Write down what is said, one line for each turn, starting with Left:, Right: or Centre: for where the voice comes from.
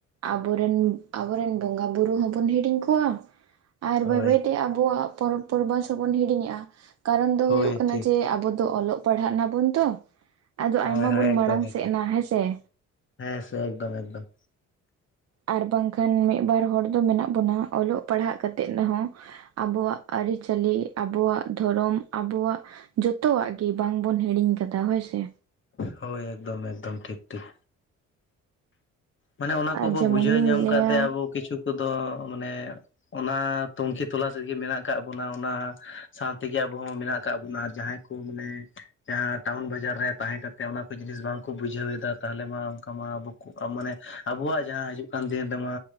Right: ᱟᱵᱚᱨᱮᱱ, ᱟᱵᱚᱨᱮᱱ ᱵᱚᱸᱜᱟ ᱵᱩᱨᱩ ᱦᱚᱸᱵᱚᱱ ᱦᱤᱲᱤᱧ ᱠᱚᱣᱟ ᱟᱨ
Left: ᱦᱳᱭ
Right: ᱵᱟᱹᱭ ᱵᱟᱹᱭᱛᱮ ᱟᱵᱚᱣᱟᱜ ᱯᱚᱨᱚᱵᱽ ᱯᱚᱨᱵᱟᱥ ᱦᱚᱸᱵᱚᱱ ᱦᱤᱲᱤᱧᱮᱜᱼᱟ ᱠᱟᱨᱚᱱ ᱫᱚ
Left: ᱦᱳᱭ
Right: ᱦᱩᱭᱩᱜ ᱠᱟᱱᱟ
Left: ᱴᱷᱤᱠ
Right: ᱡᱮ ᱟᱵᱚ ᱫᱚ ᱚᱞᱚᱜ ᱯᱟᱲᱦᱟᱜ ᱱᱟᱵᱚᱱ ᱛᱚ ᱟᱫᱚ
Left: ᱦᱳᱭ
Right: ᱟᱭᱢᱟ
Left: ᱦᱳᱭ
Right: ᱵᱚᱱ
Left: ᱮᱠᱫᱚᱢ
Right: ᱢᱟᱲᱟᱝ
Left: ᱮᱠᱫᱚᱢ
Right: ᱥᱮᱫ ᱱᱟ ᱦᱮᱸ ᱥᱮᱮ?
Left: ᱦᱮᱸ ᱥᱮ ᱮᱠᱫᱚᱢ ᱮᱠᱫᱚᱢ
Right: ᱟᱨ ᱵᱟᱝᱠᱷᱟᱱ ᱢᱤᱫ ᱵᱟᱨ ᱦᱚᱲ ᱫᱚ ᱢᱮᱱᱟᱜ ᱵᱚᱱᱟ ᱚᱞᱚᱜ ᱯᱟᱲᱦᱟᱜ ᱠᱟᱛᱮᱜ ᱱᱮᱦᱚᱸ ᱟᱵᱚᱣᱟᱜ ᱟᱹᱨᱤᱪᱟᱹᱞᱤ, ᱟᱵᱚᱣᱟᱜ ᱫᱷᱚᱨᱚᱢ, ᱟᱵᱚᱣᱟᱜ ᱡᱚᱛᱚᱣᱟᱜ ᱜᱮ ᱵᱟᱝᱵᱚᱱ ᱦᱤᱲᱤᱧ ᱠᱟᱫᱟ ᱦᱳᱭᱥᱮ
Left: ᱦᱳᱭ ᱮᱠᱫᱚᱢ ᱮᱠᱫᱚᱢ ᱴᱷᱤᱠ ᱴᱷᱤᱠ ᱢᱟᱱᱮ ᱚᱱᱟ
Right: ᱟᱨ
Left: ᱠᱚᱵᱚ
Right: ᱡᱮᱢᱚᱱ
Left: ᱵᱩᱡᱷᱟᱹᱣ
Right: ᱞᱤᱧ
Left: ᱧᱟᱢ
Right: ᱞᱟᱹᱭᱟ
Left: ᱠᱟᱫ ᱛᱮ ᱟᱵᱚ ᱠᱤᱪᱷᱩ ᱠᱚᱫᱚ ᱢᱟᱱᱮ ᱚᱱᱟ ᱛᱩᱱᱠᱷᱤ ᱛᱚᱞᱟᱥ ᱨᱮᱜᱮ ᱢᱮᱱᱟᱜ ᱠᱟᱫ ᱵᱚᱱᱟ ᱚᱱᱟ ᱥᱟᱶᱛᱮᱜᱮ ᱟᱵᱚ ᱦᱚᱸ ᱢᱮᱱᱟᱜ ᱟᱠᱟᱫ ᱵᱚᱱᱟ ᱟᱨ ᱡᱟᱦᱟᱸᱭ ᱠᱚ ᱠᱩ ᱢᱟᱱᱮ ᱡᱟᱦᱟᱸ ᱴᱟᱣᱩᱱ ᱵᱟᱡᱟᱨ ᱨᱮ ᱛᱟᱦᱮᱸ ᱠᱟᱛᱮ ᱚᱱᱟ ᱠᱚ ᱡᱤᱱᱤᱥ ᱵᱟᱝᱠᱚ ᱵᱩᱡᱷᱟᱹᱣ ᱮᱫᱟ ᱛᱟᱦᱚᱞᱮ ᱢᱟ ᱚᱱᱠᱟ ᱢᱟ ᱟᱵᱚ ᱠᱩ ᱟ ᱢᱟᱱᱮ ᱟᱵᱚᱣᱟᱜ ᱡᱟᱦᱟᱸ ᱦᱤᱡᱩᱜ ᱠᱟᱱ ᱫᱤᱱ ᱨᱮᱢᱟ